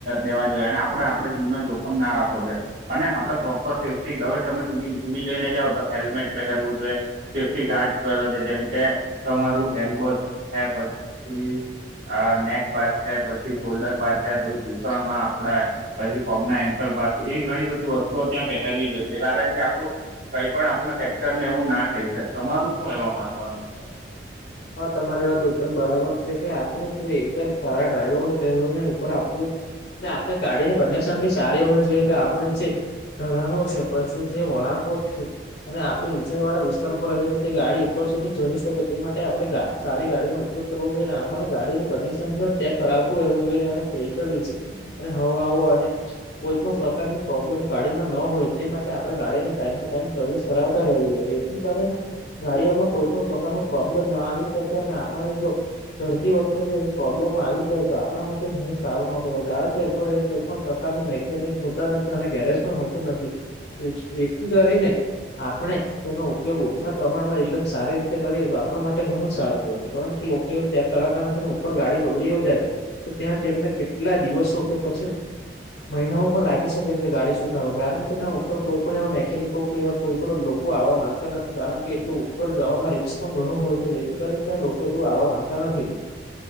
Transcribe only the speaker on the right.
દેવા જોઈએ અને આપડે આપણે જીવનો જોખ ના રાખો જોઈ અને આપડે પ્રોપર સેફ્ટી હવે તમે તુવીલ લેને જઓ તો હેલ્મેટ પહેરવું જોએ. સેફ્ટી ગાર્ડ પહેર છે જેમ કે તમારું એલ્બો છે પછી આ નેક પાસ છે પછી શોલ્ડર પાસ છે પછી દૂતણમાં આપડે પછી પગના એન્કલ પાસે એ ઘણી બધી વસ્તુઓ ત્યાં પહેરવી જોઈએ કારણ આપડું કઈ પણ આપને ફેકચર ને એવું ના થઈ છે. તમારું શું એવા માનવાનું છે?